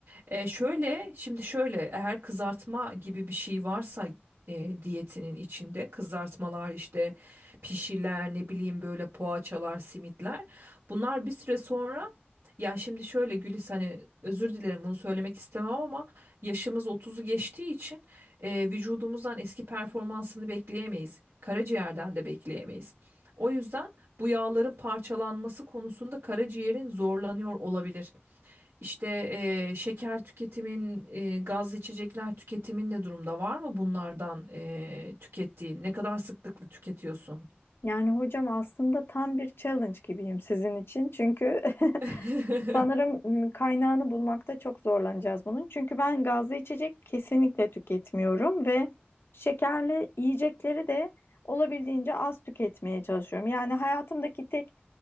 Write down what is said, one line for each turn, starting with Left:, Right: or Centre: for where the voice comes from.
Right: E, şöyle şimdi şöyle eğer kızartma gibi bir şey varsa e, diyetinin içinde kızartmalar işte pişiler ne bileyim böyle poğaçalar simitler bunlar bir süre sonra ya şimdi şöyle Gülis hani özür dilerim bunu söylemek istemem ama yaşımız otuzu geçtiği için e, vücudumuzdan eski performansını bekleyemeyiz. Karaciğerden de bekleyemeyiz. O yüzden bu yağların parçalanması konusunda karaciğerin zorlanıyor olabilir. İşte eee, şeker tüketimin, eee, gazlı içecekler tüketimin ne durumda? Var mı bunlardan eee tükettiğin? Ne kadar sıklıkla tüketiyorsun?
Left: yani hocam aslında tam bir challenge gibiyim sizin için. Çünkü <laughs>
Right: <laughs>
Left: Sanırım m, kaynağını bulmakta çok zorlanacağız bunun. Çünkü ben gazlı içecek kesinlikle tüketmiyorum ve şekerli yiyecekleri de olabildiğince az tüketmeye çalışıyorum. Yani hayatımdaki tek